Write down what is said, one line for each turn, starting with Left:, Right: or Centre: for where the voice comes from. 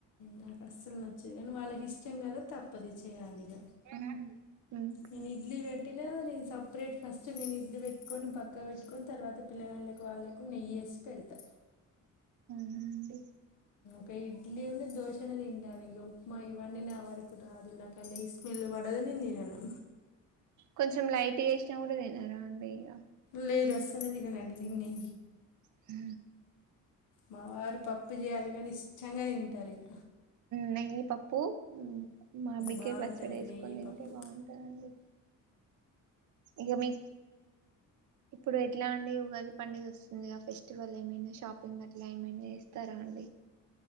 Left: నాకు అస్సలు నచ్చేది కానీ వాళ్ళకి ఇష్టం కదా తప్పదు చేయాలి ఇక
Right: మ్ ఇంకా
Left: నేను ఇడ్లీ పెట్టినా నేను సపరేట్ ఫస్ట్ నేను ఇడ్లు పెట్టుకొని పక్క పెట్టుకొని, తర్వాత పిల్లవాళ్ళకి వాళ్ళకు నెయ్యేసి పెడతా
Right: ఉండి
Left: ఇంకా ఇడ్లీ ఉన్న దోశ అనే తిండాను ఇంకా ఉప్మా ఇవన్నీ నా వరకు రాదు నాకు అన్న స్మెల్ పడదు నేను తినను
Right: కొంచెం లైట్ వేసినా కూడా తినారా అండి ఇక
Left: లే ద సలుదిినండి ని
Right: హ
Left: మా వారు పప్పు చేయాలి కాని ఇష్టంగా తింటారు ఇక
Right: న పప్పుూ మామిడికి
Left: బాగుంటుంది
Right: పచ్చడి వేసుకొని
Left: నెయ్యి
Right: తింటే
Left: పప్పు
Right: బాగుంటందండి ఇక మీ ఇప్పుడు ఎట్లా అండి ఉగాది పండుగ వస్తుంది, ఫెస్టివల్ ఏమైనా షాపింగ్ అట్లా ఏమైనా ఇస్తారా అండి.